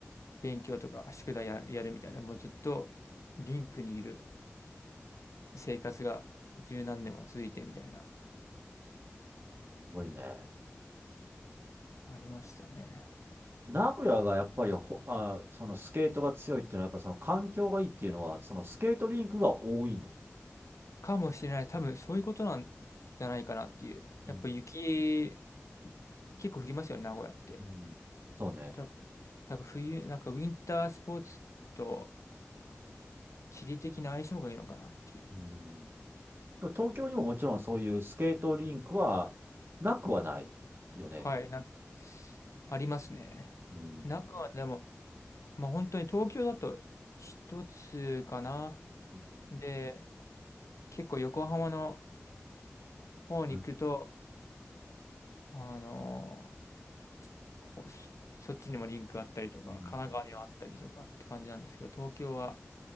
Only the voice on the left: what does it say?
勉強とか宿題や、やるみたいな、もうずっとリンクにいる生活が十何年も続いてみたいな、
ありましたね。
かもしれない。多分そういうことなんじゃないかなっていう。
やっぱ雪、結構降りますよね、名古屋って。
だ、だから冬、なんかウィンタースポーツと地理的な相性がいいのかなっていう。
はい、なんか、ありますね。
中はでも、まあ本当に東京だと一つかな。
で、結構横浜の方に行くと、
あのーほそそっちにもリンクあったりとか、
神奈川にはあったりとかって感じなんですけど、東京は